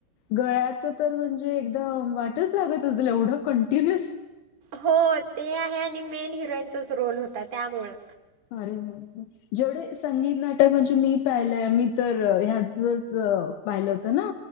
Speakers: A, on the left; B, on the right.
A: गळ्याचं तर म्हणजे एकदम वाटच लागत असेल एवढं कंटिन्युअस..
B: हो ते आहे आणि मेन हिरोईनचाच रोल होता त्यामुळं.
A: <unintelligible> जेवढे संगीत, नाटक म्हणजे मी पाहिलंय मी तर ह्याचंच पाहिलं होत ना.